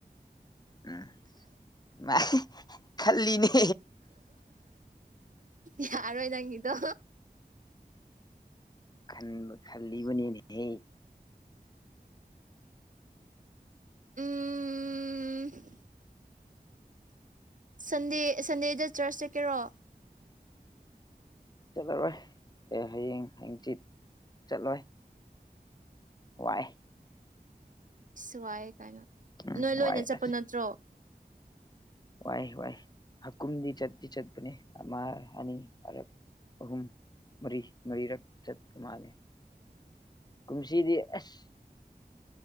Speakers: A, on the left; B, on the right.
A: ꯎꯝ ꯃꯥꯥꯏ ꯈꯜꯂꯤꯅꯤ
B: ꯌꯥꯔ ꯑꯣꯏ ꯅꯪꯉꯅꯤꯗꯣ
A: ꯈꯟꯕ ꯈꯜꯂꯤꯕꯅꯤꯅꯦꯍꯦ
B: ꯎꯝ ꯎꯝ ꯁꯟꯗꯦ ꯁꯟꯗꯦꯗ ꯆꯔꯆ ꯆꯠꯀꯦꯔꯣ
A: ꯆꯠꯂꯔꯣꯏ ꯑꯦ ꯍꯌꯦꯡ ꯍꯡꯆꯤꯠ ꯆꯠꯂꯣꯏ ꯋꯥꯏ
B: ꯑꯁꯨ ꯋꯥꯏꯌꯦ ꯀꯥꯏꯅ
A: ꯎꯝ
B: ꯅꯣꯏ ꯂꯣꯏꯅ
A: ꯋꯥꯏ
B: ꯆꯠꯄ
A: ꯑꯁ
B: ꯅꯠꯇ꯭ꯔꯣ
A: ꯋꯥꯏ ꯋꯥꯏ ꯍꯀꯨꯝꯗꯤ ꯆꯠꯗꯤ ꯆꯠꯄꯅꯦ ꯑꯃ ꯑꯅꯤ ꯑ ꯑꯍꯨꯝ ꯃꯔꯤ ꯃꯔꯤꯔꯛ ꯆꯠꯄ ꯃꯥꯜꯂꯦ ꯀꯨꯝꯁꯤꯗꯤ ꯑꯁ